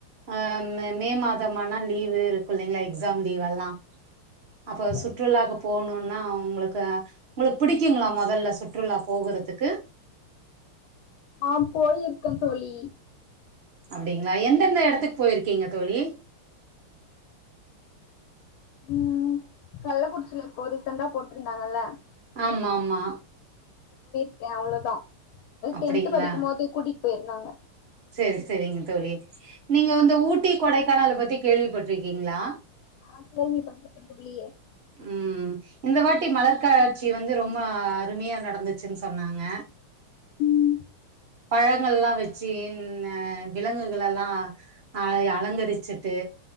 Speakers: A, on the right (about 75°); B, on the left (about 75°).
A: ஆஹ் ம மே மாதமானா லீவு இருக்கு இல்லைங்ளா எக்ஸாம் லீவெல்லா
B: ஆமா
A: அப்ப
B: தோழி
A: சுற்றுல்லாக்கு போணு நா உங்களுக்கு உங்களுக்கு பிடிக்குங்களா மொ தல்ல சுற்றுலா போகுறத்துக்கு
B: ஆஹ் போயிருக்கே தோழி
A: அப்டிங்ளா எந்தெந்த எடத்துக்கு போயிருக்கீங்க தோழி
B: ம் கள்ளக்குறிச்சில இப்போ ரீசன்ட்டா போட்ருந்தாங்கள்ல
A: ஆமா ஆமா
B: கே அவ்ளதா அது
A: அப்டிங்களா
B: டென்த்து படிக்கும்போது கூட்டிட் போயிருந்தாங்க
A: செரி செரிங்க தோழி நீங்க வந்து ஊட்டி கொடைக்கானல பத்தி கேள்விப்பட்ருக்கீங்ளா
B: ஆஹ் கேள்விப்பட்ருக்க தோழி
A: உம் இந்த வாட்டி மலர் காட்சி வந்து ரொம்ப அருமையா நடந்துச்சுன் சொன்னாங்க
B: ம்
A: பழங்கள்லா வச்சு இன்ன விலங்குகளலா அழய அலங்கரிச்சுட்டு